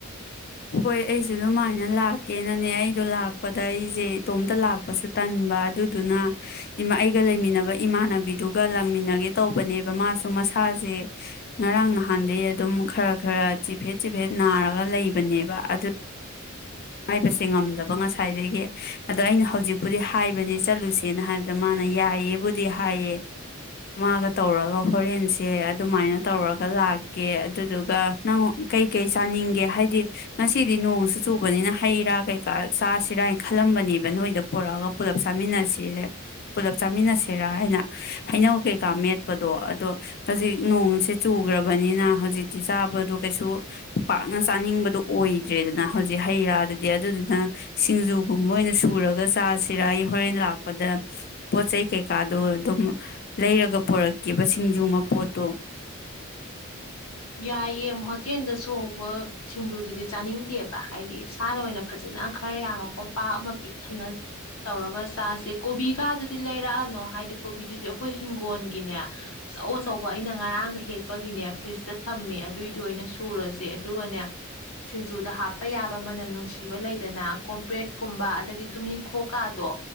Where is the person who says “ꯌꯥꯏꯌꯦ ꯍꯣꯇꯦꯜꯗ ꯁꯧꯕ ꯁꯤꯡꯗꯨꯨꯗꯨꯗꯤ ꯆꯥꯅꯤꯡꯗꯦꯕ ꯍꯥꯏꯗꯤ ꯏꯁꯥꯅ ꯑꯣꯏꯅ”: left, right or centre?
Left